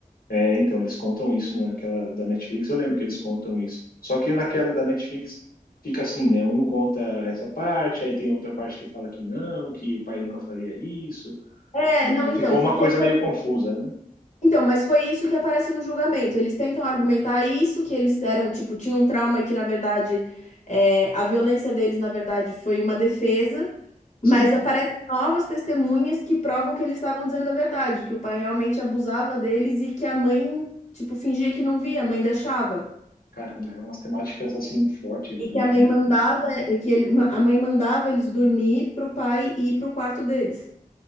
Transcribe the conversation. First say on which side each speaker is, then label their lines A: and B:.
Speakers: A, on the left; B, on the left.
A: É, então, eles contam isso naquela da Netflix, eu lembro que eles contam isso. Só que naquela da Netflix fica assim, né? Um conta essa parte, aí tem outra parte que fala que não, que o pai nunca faria isso.
B: É,
A: né,
B: não, então,
A: Ficou uma
B: porque
A: coisa
B: foi
A: meio confusa, né?
B: Então, mas foi isso que aparece no julgamento. Eles tentam argumentar isso que eles eram, tipo, tinha um trauma e que, na verdade, é, a violência deles, na verdade, foi uma defesa, mas
A: Sim,
B: aparecem novas testemunhas que provam que eles estavam dizendo a verdade, que o pai realmente abusava deles e que a mãe, tipo, fingia que não via, a mãe deixava.
A: caramba, é umas temáticas assim fortes
B: E
A: também,
B: que a mãe
A: né?
B: mandava, que ele, a mãe mandava eles dormir pro pai ir pro quarto deles.